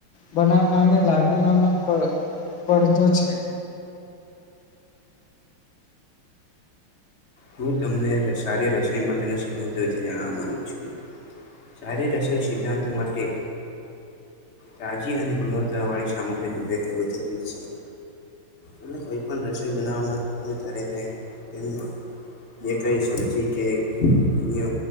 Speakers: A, on the left; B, on the left.
A: બનાવનાને લાગણીનો પડદો છે.
B: હું તમને સારી રસોઈ માટેના સિદ્ધાંતો વિશે જણાવવાનું છું. સારે રસોઈ સિદ્ધાંતો માટે રાજી અને ગુણવત્તાવાળી સામગ્રીનો ઉપયોગ કરવો જરૂરી છે. એટલે કોઈ પણ રસોઈ બનાવવામાં આવે ત્યારે તે તેમમાં જે કઈ સબ્જી કે અન્ય